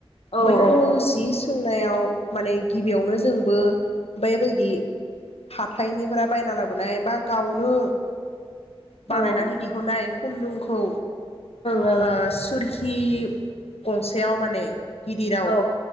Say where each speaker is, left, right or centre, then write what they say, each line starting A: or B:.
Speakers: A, on the left; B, on the left.
A: औ
B: बैखौ जि सों नायाव माने गिबियावनो जोंबो बैबायदि हाथाइनिफोरा बायना लाबोनाय बा गावनो बानायनानै
A: औ ओं
B: दिहुननाय खुन्दुंखौ
A: ओं
B: ओ सुरखि‌ खि गंसेयाव माने गिदिराव
A: औ